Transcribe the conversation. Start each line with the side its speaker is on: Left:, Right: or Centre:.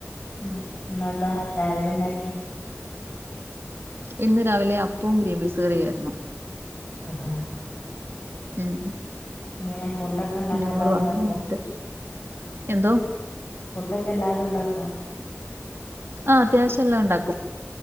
Left: ഉം ന്നെന്താ രാവിലെണ്ടാക്ക്യേ
Right: ഇന്ന് രാവിലെ അപ്പവും ഗ്രീൻപീസുകറിയായിരുന്നു.
Left: അ ആ
Right: ഉം
Left: എങ്ങനെ ഫുഡൊക്കെ ഉണ്ടാക്കാൻ
Right: ഇനിങ്ങോട്
Left: എല്ലാം
Right: വന്ന്‌
Left: ഉണ്ടാക്കുമോ
Right: കഞ്ഞിട്ട് എന്തോ
Left: ഫുഡ്ഡ്ഒക്കെ എല്ലാതുണ്ടാക്കോ
Right: ആ അത്യാവശ്യ എല്ലാണ്ടാക്കും